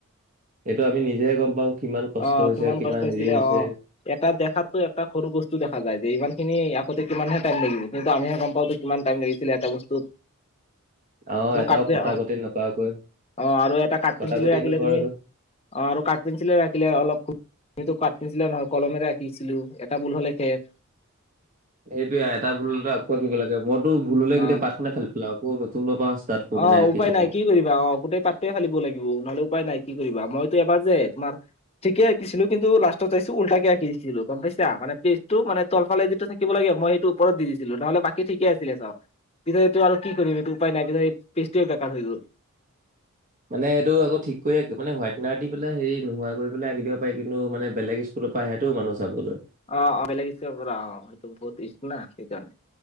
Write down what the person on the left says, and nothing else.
অ
কষ্ট হৈছিলে
অ এটা দেখাতো এটা সৰু বস্তু দেখা যায় যে, ইমান খিনি আ কৰোঁতে কিমানহে টাইম লাগিব কিন্তু আমিহে গম পাওঁ কিমান টাইম লাগিছিলে এটা বস্তুত।
আৰু
কাটে
অ
অ আৰু এটা কাঠ পেঞ্চিলে
ৰাখিলে
তুমি অ আৰু কাঠ পেঞ্চিলে আঁকিলে অলপ আমিতো কাঠপেঞ্চিলেৰে নহয় কলমে আঁকিছিলো এটা ভুল হ'লে শেষ।
অ
অ
উপায়
নাই কি কৰি অ গোটেই পাতটোৱে ফালিব লাগিব নহলে উপায় নাই কি কৰিবা, মইতো এবাৰ যে তোমাৰ ঠিকে আঁকিছিলো কিন্তু লাষ্টত চাইছো উল্টাকে আঁকি দিছিলো গম পাইছা? মানে পেজটো মানে তলফালে যিটো থাকিব লাগে মই সেইটো ওপৰত দি দিছিলো নহ'লে বাকী ঠিকে আছিলে চব। পিছে এইটো আৰু কি কৰিম এইটো উপায় নাই পিছত এই পেজটোৱে বেকাৰ হৈ গ'ল।
অঁ অঁ বেলেগ <inaudible> পৰা অ সেইটো বহুত ইচ্ছ না সেইকাৰণে।